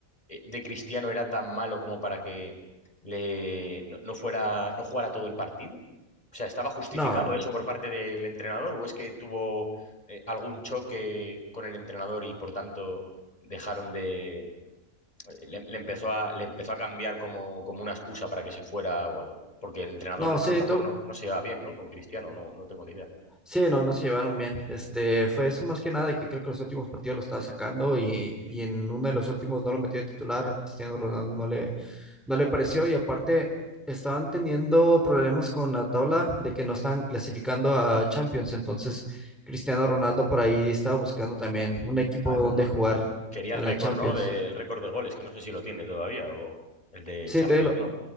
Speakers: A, on the left; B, in the centre.
A: eh, de Cristiano era tan malo como para que le, no, no fuera, no jugara todo el partido? O sea, ¿estaba justificado
B: No,
A: eso por parte del entrenador o es que tuvo eh, algún choque con el entrenador y por tanto dejaron de, le, le empezó a, le empezó a cambiar como, como una excusa para que se fuera o algo? Porque el entrenador
B: no,
A: no,
B: sí,
A: a lo mejor
B: tu-
A: no, no se va bien, ¿no? Con Cristiano, no, no tengo ni idea.
B: sí, no, no se llevaron bien. Este, fue
A: Mm.
B: eso más que nada de que creo que los últimos partidos lo estaba sacando y,
A: Mm.
B: y en uno de los últimos no lo metió de titular, Cristiano Ronaldo no le... no le pareció y aparte estaban teniendo problemas con la tabla de que no estaban clasificando a Champions, entonces Cristiano Ronaldo por ahí estaba buscando también un equipo
A: Ah, es
B: donde
A: verdad.
B: jugar
A: Quería
B: en
A: el récord,
B: la Champions.
A: ¿no? De- el récord de goles, que no sé si lo tiene todavía, o el de
B: Sí,
A: Champions,
B: todavía lo,
A: ¿no?